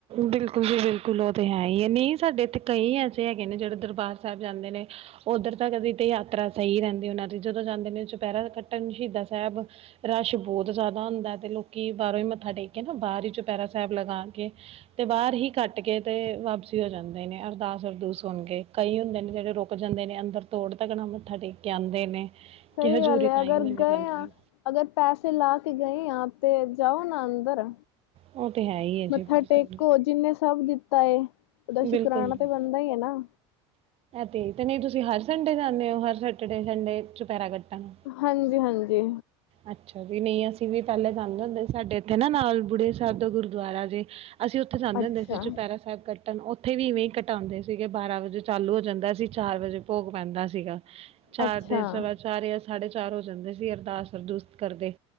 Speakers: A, on the right (about 45°); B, on the left (about 85°).
A: ਬਿਲਕੁਲ ਜੀ ਬਿਲਕੁਲ ਉਹ ਤੇ ਹੈ। ਹੀ ਹੈ ਨਹੀਂ ਸਾਡੇ ਇੱਥੇ ਕਈ ਐਸੇ ਹੈਗੇ। ਨੇ ਜਿਹੜੇ ਦਰਬਾਰ ਸਾਬ ਜਾਂਦੇ ਨੇ ਉੱਧਰ ਕਦੀ ਤੇ ਯਾਤਰਾ ਸਹੀ ਰਹਿੰਦੀ ਉਹਨਾਂ ਦੀ ਜਦੋਂ ਜਾਂਦੇ ਨੇ, ਚੁਪੈਰਾ ਕੱਟਣ ਸ਼ਹੀਦਾ ਸਾਬ ਰਸ਼ ਬੋਤ ਜ਼ਿਆਦਾ ਹੁੰਦਾ ਤੇ ਲੋਕੀ ਬਾਹਰੋਂ ਹੀ ਮੱਥਾ ਟੇਕ ਕੇ ਨਾ ਬਾਹਰ ਹੀ, ਚੁਪੈਰਾ ਸਾਬ ਲਗਾ ਕੇ ਤੇ ਬਾਹਰ ਹੀ ਕੱਟ ਕੇ ਤੇ ਵਾਪਸੀ ਹੋ ਜਾਂਦੇ ਨੇ ਅਰਦਾਸ ਅਰਦੂਸ ਸੁਣ ਕੇ ਕਈ ਹੁੰਦੇ ਨੇ ਜਿਹੜੇ ਰੁਕ ਜਾਂਦੇ ਨੇ ਅੰਦਰ ਤੋੜ ਤੱਕਣਾ ਮੱਥਾ ਟੇਕ ਕੇ ਆਂਦੇ ਨੇ
B: ਸਹੀ
A: ਕਿ ਹਜ਼ੂਰੀ
B: ਗੱਲ ਹੈ
A: ਤਾਂ
B: ਅਗਰ
A: ਹੀ ਮੰਨੀ
B: ਗਏ
A: ਜਾਂਦੀ
B: ਹਾਂ
A: ਹੈ
B: ਅਗਰ ਪੈਸੇ ਲਾ, ਕੇ ਗਏ ਆ ਤੇ ਜਾਓ ਨਾ ਅੰਦਰ
A: ਉਹ ਤੇ ਹੈ ਹੀ ਹੈ
B: ਮੱਥਾ
A: ਜੀ ਬਿਲਕੁਲ
B: ਟੇਕੋ ਜਿੰਨੇ ਸਭ ਤਾਂਏ ਉਹਦਾ
A: ਬਿਲਕੁਲ
B: ਸ਼ੁਕਰਰਾਨਾ
A: ਜੀ
B: ਤਾਂ, ਬਣਦਾ ਈ ਹੈ ਨਾ
A: ਤੇ, ਤੇ ਨਹੀਂ ਤੁਸੀਂ ਹਰ ਸੰਡੇ ਜਾਂਦੇ ਹੋ ਹਰ ਸੈਟਰਡੇ ਸੰਡੇ ਚੁਪੈਰਾ ਕੱਟਨ
B: ਹਾਂਜੀ -ਹਾਂਜੀ
A: ਅੱਛਾ ਜੀ ਨਹੀਂ ਅਸੀਂ ਵੀ, ਪੈਲੇ ਜਾਂਦੇ ਹੁੰਦੇ ਸਾਡੇ ਇੱਥੇ ਨਾ ਨਾਲ ਬੁੜੇ ਸਾਹਿਬ ਦਾ ਗੁਰਦੁਆਰਾ ਜੇ ਅਸੀਂ ਉੱਥੇ ਜਾਂਦੇ
B: ਅੱਛਾ-ਅੱਛਾ-ਅੱਛਾ
A: ਹੁੰਦੇ ਸੀ ਚੁਪੈਰਾ ਸਹਿਬ ਕਟਣ ਉੱਥੇ ਵੀ ਇਵੇਂ ਕਟਾਂਦੇ ਸੀਗੇ ਬਾਰਾਂ ਵਜੇ ਚਾਲੂ ਹੋ ਜਾਂਦਾ ਸੀ ਚਾਰ ਵਜੇ ਭੋਗ ਪੈਂਦਾ ਸੀਗਾ ਚਾਰ
B: ਅੱਛਾ
A: ਦੇ ਸਵਾ ਚਾਰ ਚਾਰ ਯਾਂ ਸਾਢੇ ਚਾਰ ਹੋ ਜਾਂਦੇ ਸੀ ਅਰਦਾਸ ਅਰਦੂਸ ਕਰਦੇ।